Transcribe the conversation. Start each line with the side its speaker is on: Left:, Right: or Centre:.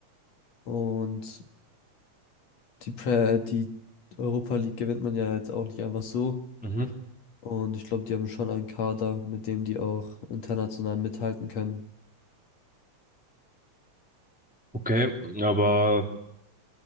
Left: Und die, Pre die Europa League gewinnt man ja jetzt auch nicht einfach so.
Centre: Mhm.
Left: Und ich glaube, die haben schon einen Kader, mit dem die auch international mithalten können.
Centre: Okay, aber